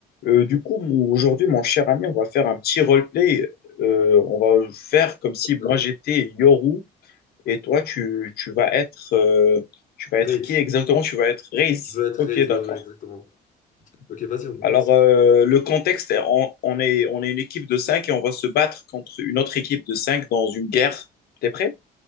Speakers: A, on the left; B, on the left.
A: Euh, du coup, mon- aujourd'hui, mon cher ami, on va faire un petit roleplay. Euh, on va faire comme si moi
B: Non?
A: j'étais Yoru et toi tu, tu vas être euh, tu vas
B: Rate.
A: être qui exactement? Tu vas être Reis.
B: Je veux être
A: Ok,
B: rate,
A: d'accord.
B: ouais, ouais, exactement. Ok, vas-y, on commence.
A: Alors euh, le contexte, on, on est on est une équipe de 5 et on va se battre contre une autre équipe de 5 dans une guerre. T'es prêt?